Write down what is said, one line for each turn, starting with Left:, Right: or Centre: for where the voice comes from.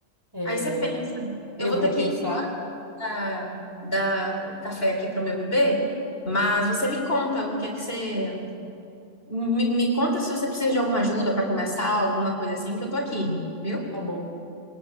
Right: É,
Left: Aí você pensa,
Right: eu
Left: eu vou
Right: vou
Left: ter
Right: pensar.
Left: que dar, dar o café aqui para o meu bebê, mas você me conta o que é que você. Me, me conta se você precisa de alguma ajuda para começar, alguma coisa assim, que eu tô aqui, viu?
Right: Tá bom.